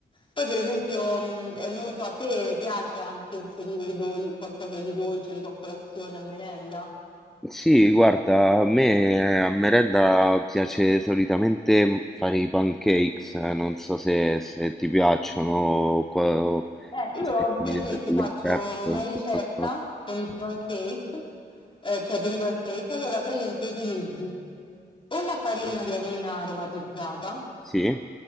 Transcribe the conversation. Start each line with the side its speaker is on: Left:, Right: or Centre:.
Left: Poi per esempio, mh, eh, non lo so, a te piace anche inserire i dol- qualcosa di dolce, tipo a colazione, a merenda?
Centre: Sì, guarda, a me eh, a merenda piace solitamente mm, fare i pancakes, eh, non so se, se ti piacciono, o qua-
Left: Eh,
Centre: se
Left: io
Centre: mi
Left: per
Centre: dai
Left: esempio
Centre: del- del
Left: faccio
Centre: prep o
Left: una ricetta
Centre: qualcosa.
Left: con i pancake, eh, cioè per i pancake, allora praticamente utilizzi o la farina di avena aromatizzata,
Centre: Sì?